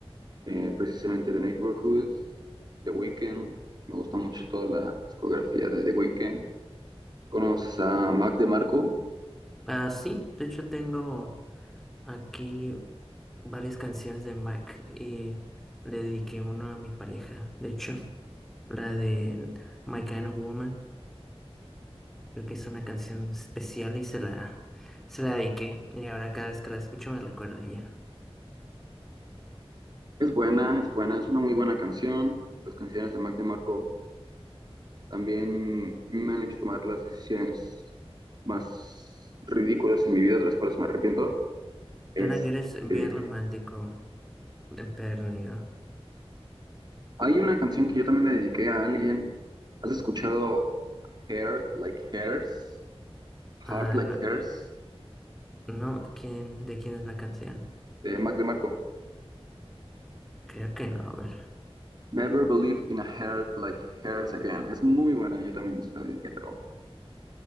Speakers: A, on the right; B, in the centre.
A: eh, precisamente The Neighborhood, The Weeknd. Me gusta mucho toda la discografía de The Weeknd. ¿Conoces a Mac DeMarco?
B: ah, sí, de hecho tengo aquí varias canciones de Mac y le dediqué una a mi pareja, de hecho, la de My Kind of Woman. Creo que es una canción especial y se la, se la dediqué. Y ahora cada vez que la escucho me recuerdo a ella.
A: Es buena, es buena, es una muy buena canción. Las canciones de Mac DeMarco También me han hecho tomar las decisiones más ridículas en mi vida, de las cuales me arrepiento. Es,
B: Suena que eres bien
A: eh,
B: romántico, empedernido.
A: hay una canción que yo también le dediqué a alguien. ¿Has escuchado Heart Like Hers?
B: Ah,
A: Heart Like
B: no,
A: Hers
B: no, ¿quién, de quién es la canción?
A: de Mac DeMarco.
B: Creo que no, a ver.
A: Never Believe in a Heart Like Hers Again. Es muy buena, yo también se la dediqué, pero